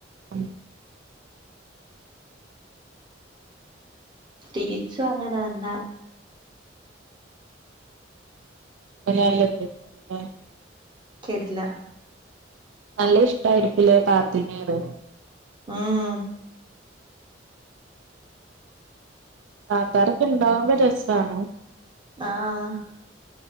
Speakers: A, on the right; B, on the right.
A: ഉം
B: തിരിച്ചും അങ്ങനെ തന്നാ
A: <unintelligible> ഏ
B: കേട്ടില്ല
A: നല്ല ഇഷ്ടായിരിക്കും ല്ലേ താത്തെന്നെ പറയാ
B: ആ ആ
A: താത്താരൊക്കെ ഇണ്ടാവുമ്പോ രസാണ്
B: ആ ആ